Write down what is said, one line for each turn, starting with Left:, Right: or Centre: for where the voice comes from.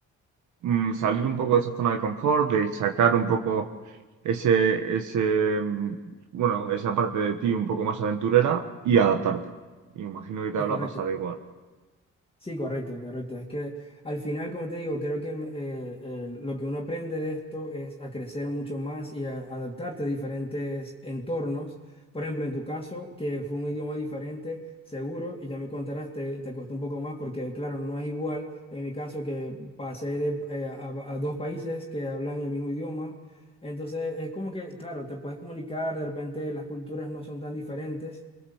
Right: mm, salir un poco de esa zona de confort, de sacar un poco ese, ese, mm, bueno, esa parte de ti un poco más aventurera y adaptarte. Y imagino que te
Left: Es
Right: habla
Left: correcto.
Right: pasado igual.
Left: Sí, correcto, correcto. Es que al final, como te digo, creo que el- eh, el- lo que uno aprende de esto es a crecer mucho más y a adaptarte a diferentes entornos. Por ejemplo, en tu caso, que fue un idioma diferente, seguro, y ya me contarás, te, te costó un poco más porque, claro, no es igual en mi caso que pasé de, eh, a, a dos países que hablan el mismo idioma. Entonces, es como que, claro, te puedes comunicar, de repente las culturas no son tan diferentes.